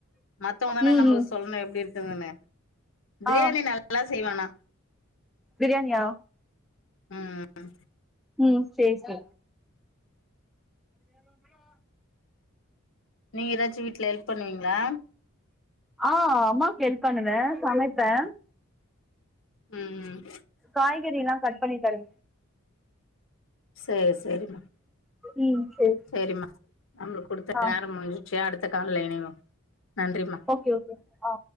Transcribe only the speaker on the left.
மத்தவங்க தானே
நம்ம
சொல்லணு எப்டி இருக்குதுன்னு பிரியாணி
நல்லா செய்வே ஆனா
அ அ
நீங்க ஏதாச்சு வீட்ல ஹெல்ப் பண்ணுவீங்ளா
ம்
சே சேரிம்மா
சேரிம்மா நம்ளுக்கு குடுத்த
நேரம் முடிஞ்சிடுச்சு அடுத்த கால்ல இணைவோ நன்றிம்மா